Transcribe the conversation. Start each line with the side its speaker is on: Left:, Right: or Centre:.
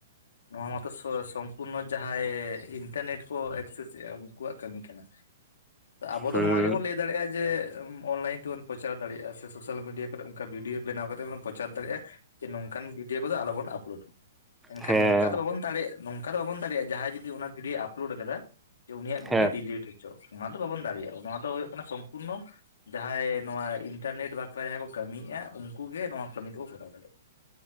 Left: ᱱᱚᱣᱟ ᱢᱟᱛᱚ ᱥᱚᱢᱯᱩᱨᱱᱚ ᱡᱟᱦᱟᱸᱭ ᱤᱱᱴᱟᱨᱱᱮᱴ ᱠᱚ ᱮᱠᱥᱮᱥ ᱮᱫᱟ ᱩᱱᱠᱩᱣᱟᱜ ᱠᱟᱹᱢᱤ ᱠᱟᱱᱟ᱾ ᱟᱵᱚ ᱫᱚ
Centre: ᱦᱮᱸ
Left: ᱱᱚᱣᱟ ᱜᱮᱵᱚᱱ ᱞᱟᱹᱭ ᱫᱟᱲᱮᱭᱟᱜᱼᱟ ᱡᱮ ᱚᱱᱞᱟᱭᱤᱱ ᱵᱚᱱ ᱯᱨᱚᱪᱟᱨ ᱫᱟᱲᱮᱭᱟᱜᱼᱟ ᱥᱮ ᱥᱳᱥᱟᱞ ᱢᱤᱰᱤᱭᱟ ᱠᱚᱨᱮ ᱚᱱᱠᱟ ᱵᱷᱤᱰᱭᱳ ᱵᱮᱱᱟᱣ ᱠᱟᱛᱮ ᱵᱚᱱ ᱯᱨᱚᱪᱟᱨ ᱫᱟᱲᱮᱭᱟᱜᱼᱟ ᱾ᱡᱮ ᱱᱚᱝ ᱠᱟᱱ ᱵᱤᱰ ᱫᱚ ᱟᱞᱚᱵᱚᱱ ᱟᱯᱞᱳᱰ᱾ ᱮᱱᱠᱷᱟᱱ
Centre: ᱦᱮᱸ
Left: ᱱᱚᱝᱠᱟ ᱵᱟᱵᱚᱱ ᱫᱟᱲᱮᱭᱟᱜ ᱱᱚᱝᱠᱟ ᱫᱚ ᱵᱟᱵᱚᱱ ᱫᱟᱲᱮᱭᱟᱜ ᱡᱟᱦᱟᱸᱭ ᱡᱩᱫᱤ ᱚᱱᱟ ᱵᱷᱤᱰᱭᱳ ᱟᱯᱞᱳᱰ ᱟᱠᱟᱫᱟ ᱡᱮ ᱩᱱᱤ ᱟᱜ ᱵᱷᱤᱰᱭᱳ
Centre: ᱦᱮᱸ
Left: ᱰᱤᱞᱤᱴ ᱤᱧ᱾ ᱪᱚ ᱚᱱᱟ ᱫᱚ ᱵᱟᱵᱚᱱ ᱫᱟᱲᱮᱭᱟᱜ᱾ ᱚᱱᱟ ᱫᱚ ᱦᱩᱭᱩᱜ ᱠᱟᱱᱟ ᱥᱚᱢᱯᱩᱨᱱᱚ ᱡᱟᱦᱟᱸᱭ ᱱᱚᱣᱟ ᱤᱱᱴᱟᱨ ᱱᱮᱴ ᱵᱟᱠᱷᱨᱟ ᱡᱟᱦᱟᱸ ᱠᱚ ᱠᱟᱹᱢᱤᱭᱮᱫᱼᱟ ᱩᱱᱠᱩ ᱜᱮ ᱱᱚᱣᱟ ᱠᱟᱹᱢᱤ ᱫᱚᱠᱚ ᱠᱚᱨᱟᱣ ᱫᱟᱲᱮᱭᱟᱜᱼᱟ᱾